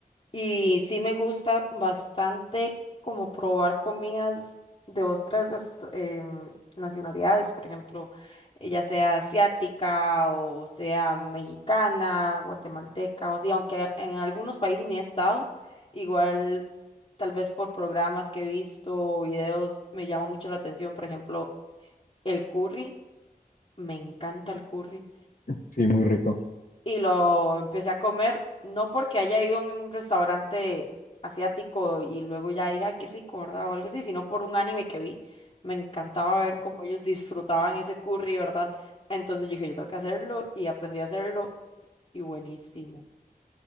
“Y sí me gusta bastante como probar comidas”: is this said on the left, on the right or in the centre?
Left